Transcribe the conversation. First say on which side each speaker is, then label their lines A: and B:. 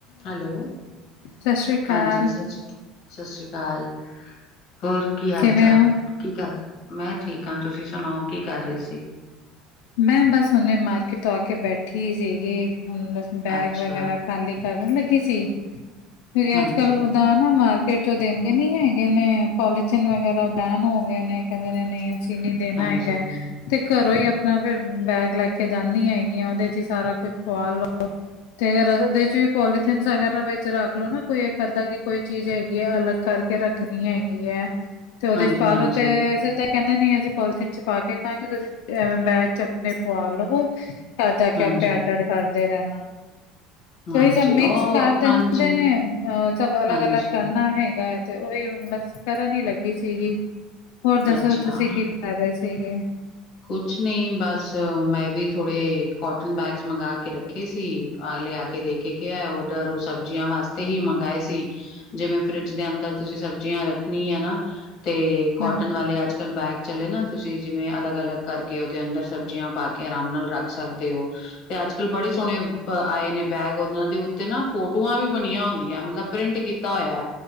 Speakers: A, on the left; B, on the left.
A: Hello,
B: ਸਤਿ ਸ੍ਰੀ ਅਕਾਲ,
A: ਹਾਂਜੀ ਸਤਿ ਸ਼੍ਰੀ ਅਕਾਲ। ਸਤਿ ਸ਼੍ਰੀ ਅਕਾਲ ਹੋਰ, ਕੀ ਹਾਲ
B: ਕਿਵੇਂ
A: ਚਾਲ?
B: ਹੋ?
A: ਕੀ ਕਰ, ਮੈਂ ਠੀਕ ਹਾਂ, ਤੁਸੀ ਸੁਣਾਓ ਕੀ ਕਰ ਰਹੇ ਸੀ?
B: ਮੈਂ ਬਸ, ਹੁਣੇ ਮਾਰਕੀਟ ਤੋਂ ਆ ਕੇ ਬੈਠੀ ਸੀਗੀ, ਹੁਣ ਬਸ, ਬੈਗ
A: ਅੱਛਾ
B: ਵਗੈਰਾ ਖਾਲੀ ਕਰਨ ਲਗੀ ਸੀ, ਕਿਉਕਿ
A: ਹਾਂਜੀ
B: ਅੱਜ- ਕੱਲ, ਲ ਰਦਾਨ ਨਾ ਮਾਰਕੀਟ ਚੋਂ ਦੇਂਦੇ ਨੀ ਹੈਗੇ ਨੇ, ਪੋਲੀਥਨ ਵਗੈਰਾ ਬੈਨ ਹੋ ਗਏ ਨੇ, ਕਹਿੰਦੇ ਨੇ ਨਹੀ ਅਸੀ, ਨਹੀ ਦੇਣਾ
A: ਹਾਂਜੀ
B: ਹੈਗਾ,
A: ਹਾਂਜੀ
B: ਤੇ ਘਰੋ ਹੀ ਆਪ ਫਿਰ ਬੈਗ ਲੈ ਕੇ ਜਾਂਦੀ ਹੈਗੀ ਆਂ, ਉਹਦੇ 'ਚ ਹੀ ਸਾਰਾ ਕੁਛ ਪੁਆ ਲਉ। ਤੇ ਫਿਰ ਉਹਦੇ ਚ ਵੀ, ਪੋਲੀਥਨ ਵਗੈਰਾ ਵਿਚ ਰਖ ਲਓ, ਨਾ ਕੋਈ ਇਕ ਅੱਧਾ ਕਿ ਕੋਈ ਚੀਜ ਹੈਗੀ ਆ, ਅਲੱਗ ਕਰਕੇ ਕੇ ਰੱਖਣੀ ਹੈਗੀ ਹੈ, ਤੇ ਉਹਦੇ
A: ਹਾਂਜੀ
B: 'ਚ ਪਾ
A: ਹਾਂਜੀ
B: ਲਉ ਤੇ ਸਿੱਧਾ ਕਹਿੰਦੇ ਨਈ, ਅਸੀ ਪੋਲੀਥੀਨ 'ਚ ਪਾ ਕੇ ਨਾ, ਤੁਸੀ ਬੈਗ 'ਚ ਆਪਣੇ ਪੁਆ ਲਵੋ ਘਰ ਜਾ ਕੇ
A: ਹਾਂਜੀ
B: ਆਪੇ ਅੱਡ - ਅੱਡ, ਕਰਦੇ ਰਹਿਣਾ।
A: ਹਾਂਜੀ
B: ਸਭ ਮਿਕਸ
A: ਉਹ
B: ਕਰ ਦਿੰਦੇ
A: ਹਾਂਜੀ
B: ਨੇ, ਸਭ ਅਲੱਗ
A: ਹਾਂਜੀ
B: - ਅਲੱਗ, ਕਰਨਾ ਹੈਗਾ। ਤੇ ਉਹੀ ਬਸ ਕਰਨ ਹੀ ਲਗੀ ਸੀ ਗੀ, ਹੋਰ ਦਸੋ
A: ਅੱਛਾ
B: ਤੁਸੀ ਕੀ ਕਰ ਰਹੇ ਸੀ ਗੇ?
A: ਕੁਛ ਨਹੀ ਬਸ, ਮੈਂ ਵੀ ਥੋੜੇ ਕੋਟਨ ਬੈਗਸ ਮੰਗਵਾ ਕੇ ਰਖੇ ਸੀ, ਲਿਆ ਕੇ ਦੇਖ ਕੇ ਗਿਆ ਉਧਰ, ਉਹ ਸਬਜ਼ੀਆਂ ਵਾਸਤੇ ਹੀ ਮੰਗਵਾਏ ਸੀ। ਜਿਵੇ ਫਰਿੱਜ ਦੇ ਅੰਦਰ, ਤੁਸੀ ਸਬਜ਼ੀਆਂ ਰੱਖਣੀਆਂ ਹੈ ਨਾ ਤੇ ਕਾਟਨ
B: ਹਾਂਜੀ
A: ਵਾਲੇ, ਅੱਜ- ਕੱਲ ਬੈਗ ਚਲੇ ਨਾ, ਤੁਸੀ ਜਿਵੇ ਅਲੱਗ - ਅਲੱਗ ਕਰਕੇ, ਉਹਦੇ ਅੰਦਰ ਸਬਜ਼ੀਆਂ ਪਾ ਕੇ, ਆਰਾਮ ਨਾਲ ਰਖ ਸਕਦੇ ਹੋ। ਤੇ ਅੱਜ- ਕੱਲ ਬੜੇ ਸੋਹਣੇ ਆਏ ਨੇ, ਬੈਗ ਉਹਨਾਂ ਦੇ ਉਤੇ ਨਾ ਫੋਟੂਆਂ ਵੀ ਬਣੀਆਂ ਹੁੰਦੀਆਂ ਮਤਲਬ ਪ੍ਰਿੰਟ ਕੀਤਾ ਹੋਇਆ ਹੈ,